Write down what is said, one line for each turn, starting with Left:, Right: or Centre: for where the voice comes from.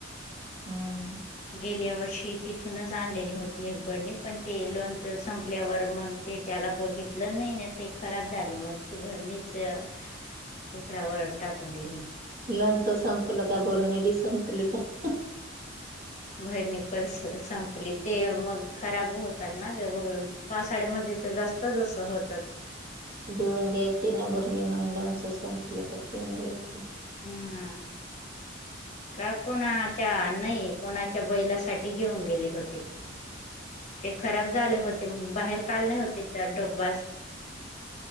Right: हम्
Left: गेल्या वर्षी तिथूनच आणलेली होती एक बरनी पण ते लोणच संपल्यावर मग ते त्याला बघितलं नाही ते खराब झाले मग ती भरणीच उकडावर टाकून दिली.
Right: लोंच संपलं काय बोलणी बी संपली काय
Left: भरणी पण संपली ते मग खराब होतात ना ग पावसाळ्यामध्ये तर जास्तच असं होतात
Right: धुऊन घ्यायची ना बरणी मंगलमच सांला काो <unintelligible>
Left: हम हा का कोणाच्या नाही कोणाच्या बैलासाठी घेऊन गेले होते. ते खराब झाले होते बाहेर काल नाही होते तर डोब्बाज.